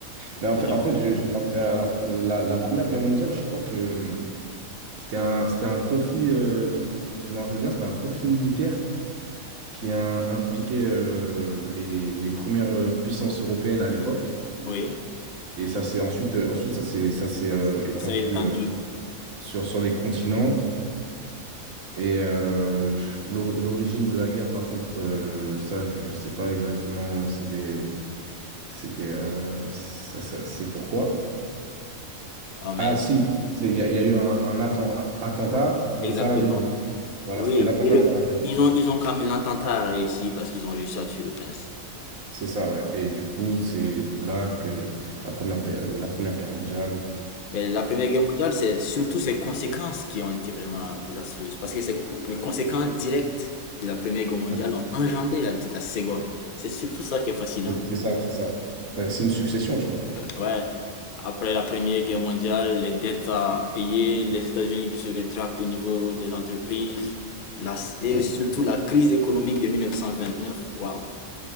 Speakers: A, on the right; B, on the left.
A: Ben, en
B: Mais
A: fait, en
B: bon,
A: fait, je- je- en fait, alors, la, la Première Guerre mondiale, je crois que hum, c'était un, c'était un conflit, euh, si je me rappelle bien, c'était un conflit militaire qui a impliqué euh, les, les premières euh, puissances européennes à l'époque.
B: oui,
A: Et ça s'est ensuite, euh, ensuite ça s'est, ça s'est
B: ça
A: euh, étendu
B: ça s'est étendu.
A: euh, sur, sur les continents. Et euh, l'o- l'origine de la guerre, par contre, euh, ça, je ne sais pas exactement. C'était, c'était, euh, ça, ça- c'est pourquoi.
B: Ah, mais
A: Ah, si, c'est- il y, a il y a eu un, un atten- attentat de
B: exactement.
A: Sarajevo. Voilà,
B: Oui,
A: c'était l'attentat
B: et le,
A: de Sarajevo.
B: ils ont, ils ont quand même l'attentat a réussi parce qu'ils ont réussi à tuer le prince.
A: C'est ça, ouais. Et du coup, c'est de là que la première, dé- la première guerre mondiale.
B: Mais la Première Guerre mondiale, c'est surtout ses conséquences qui ont été vraiment désastreuses. Parce que c'est les conséquences directes de la Première Guerre mondiale
A: Mm.
B: ont engendré la, la Seconde. C'est surtout ça qui est fascinant.
A: C'est c'est ça, c'est ça. Bah, c'est une succession, tu vois.
B: Ouais. Après la Première Guerre mondiale, les dettes à payer, les États-Unis qui se rétractent au niveau des entreprises, la- et
A: Mm.
B: surtout la crise économique de 1929, waouh,